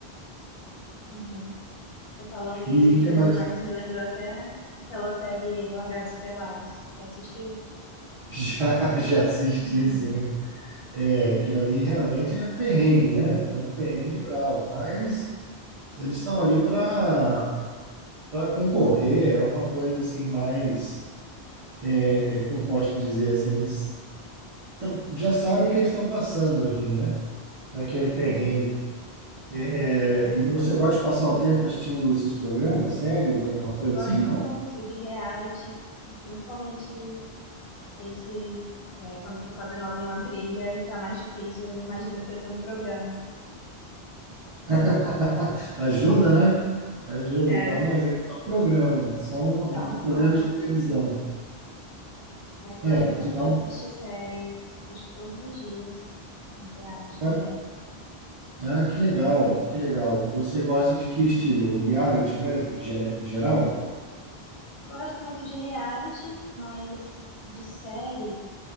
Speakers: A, on the left (about 75°); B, on the right (about 50°).
A: Uhum. Você falando isso
B: E
A: dos
B: o que
A: animais
B: mais?
A: me lembrou até aquela série Largados e Pelados. Já assistiu?
B: <laughs> Já, já assisti,
A: <laughs>
B: sim. É, aquilo ali realmente é perrengue, né? É um perrengue bravo, mas eles estão ali para para concorrer é uma coisa assim mais é, é que eu posso dizer assim eles tão- já sabem o que eles estão passando ali né naquele perrengue
A: Sim.
B: É,
A: Eu sempre
B: é, e você gosta de passar o tempo assistindo esses programas séries alguma coisa
A: gosto
B: assim não
A: muito de reality, principalmente esse, é, quando eu tô fazendo alguma trilha e tá mais difícil, eu me imagino que eu tô no programa.
B: <laughs> ajuda né ajuda
A: É,
B: e fala não isso aqui é um programa são uma-
A: me dá
B: um
A: uma
B: programa
A: força.
B: de televisão
A: Mas gosto
B: é
A: muito
B: te dá
A: de assistir
B: um
A: séries, assisto todos os dias, em reality
B: né?
A: também.
B: ah que legal que legal você gosta de que estilo reality mesmo em ge- em geral
A: Gosto muito de reality, mas de série,